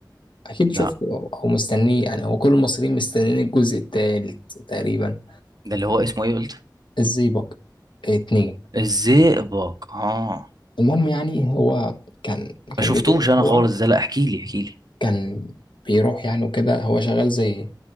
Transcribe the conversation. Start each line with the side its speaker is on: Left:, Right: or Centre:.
Left: اكيد
Right: لا
Left: شفته او أو مستنيه يعني هو كل المصريين مستنيين الجزء التالت تقريبا
Right: ده اللي هو اسمه ايه قلت
Left: الزيبوك اتنين
Right: الزئبق اه
Left: المهم يعني هو كان كان
Right: ما شفتوش
Left: بيدور
Right: انا
Left: هو
Right: خالص ده لا احكي لي احكي لي
Left: كان بيروح يعني وكده هو شغال زي